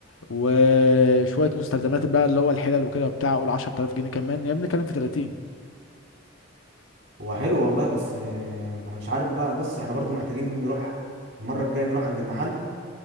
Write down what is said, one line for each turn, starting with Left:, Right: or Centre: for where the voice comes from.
Left: وشوية مستلزمات بقى اللي هو الحلل وكده وبتاع قول 10000 جنيه كمان يعني بنتكلم في 30
Right: هو حلو والله بس آه، انا مش عارف بقى بص احنا برضو محتاجين نروح المره الجايه نروح عند المحل